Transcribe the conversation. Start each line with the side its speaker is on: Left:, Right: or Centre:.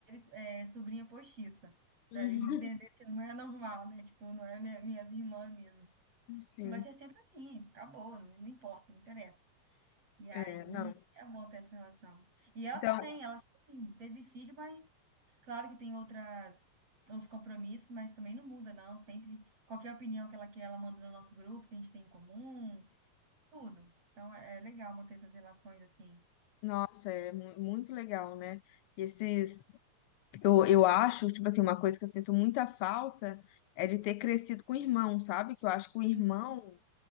Right: entenderem, é, sobrinha postiça, pra
Left: Uhum.
Right: eles entenderem que não é normal, né? Tipo, não é minha, minhas irmãs mesmo.
Left: Sim.
Right: Vai ser sempre assim, acabou, não, não importa, não interessa. E aí
Left: É, não.
Right: é bom ter essa relação. E ela
Left: Então,
Right: também, ela, tipo assim, teve filho, mas claro que tem outras, outros compromissos, mas também não muda, não. Sempre, qualquer opinião que ela quer, ela manda no nosso grupo, que a gente tem em comum, tudo. Então é é legal manter essas relações assim.
Left: nossa, é mu- muito legal, né? Esses Eu, eu acho, tipo assim, uma coisa que eu sinto muita falta é de ter crescido com o irmão, sabe? Que eu acho que o irmão,
Right: Uhum.